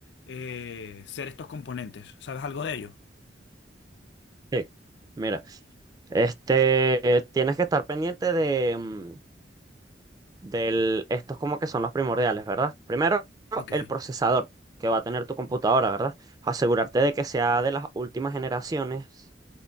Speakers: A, on the left; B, on the right.
A: eh, ser estos componentes. ¿Sabes algo de ello?
B: Sí. Mira, este, eh, tienes que estar pendiente de, mm, del, estos como que son los primordiales, ¿verdad? Primero,
A: Ok.
B: el procesador que va a tener tu computadora, ¿verdad? Asegurarte de que sea de las últimas generaciones,